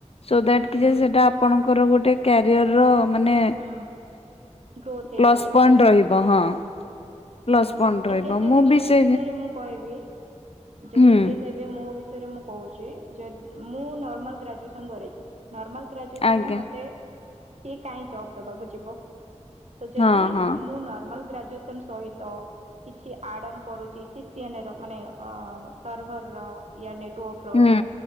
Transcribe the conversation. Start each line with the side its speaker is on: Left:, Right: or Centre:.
Left: ସୋ ଦ୍ଯାଟ
Right: ହୁଁ
Left: କି ଯେ ସେଟା ଆପଣଙ୍କର ଗୋଟେ କ୍ୟାରିୟର ର ମାନେ
Right: ହୁଁ ଗ୍ରୋଥ୍ ହେଇପାରିବ।
Left: ପ୍ଲସ୍ ପଏଣ୍ଟ ରହିବ। ହଁ। ପ୍ଲସ୍
Right: ହୁଁ।
Left: ପଏଣ୍ଟ
Right: ଇନକେସ୍
Left: ରହିବ
Right: ଯଦି
Left: ମୁଁ ବି
Right: ମୋ
Left: ସେ
Right: ବିଷୟରେ ମୁଁ କହିବି, ଯଦି
Left: ହୁଁ
Right: ଇନକେସ୍ ଏ ମୋ ବିଷୟରେ ମୁଁ କହୁଛି ଯଦି ମୁଁ ନର୍ମାଲ ଗ୍ରାଜୁଏସନ୍ କରିଛି। ନର୍ମାଲ ଗ୍ରାଜୁ ଗ୍ରାଜୁଏସନରେ
Left: ଆଜ୍ଞା
Right: ମୋତେ କିଏ କାଇଁ ଜବ୍ ଦବାକୁ ଯିବ? ତ ଯଦି
Left: ହଁ ହଁ
Right: ମୁଁ ନର୍ମାଲ ଗ୍ରାଜୁଏସନ ସହିତ କିଛି ଆଡ଼ ଅନ କରୁଛି ସି ସେମ୍ ର ମାନେ ଅ ସର୍ଭର ର ୟା ନେଟୱାର୍କର
Left: ହୁଁ